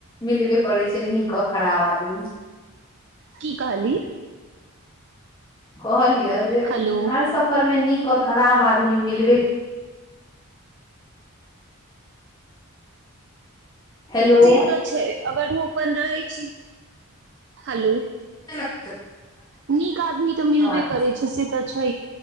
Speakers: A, on the left; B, on the right.
A: मिलवे करै छै नीक खराब आदमी
B: की कहली
A: कहली य जे
B: हेलो
A: हर सफर में नीक ओकर खराब आदमी मिलबे हेलो
B: ती तऽ छै अगर अपन रहै छी हेलो
A: नहि <unintelligible>
B: नीक आदमी तऽ मिलबे
A: आदमी
B: करै छै से तऽ छ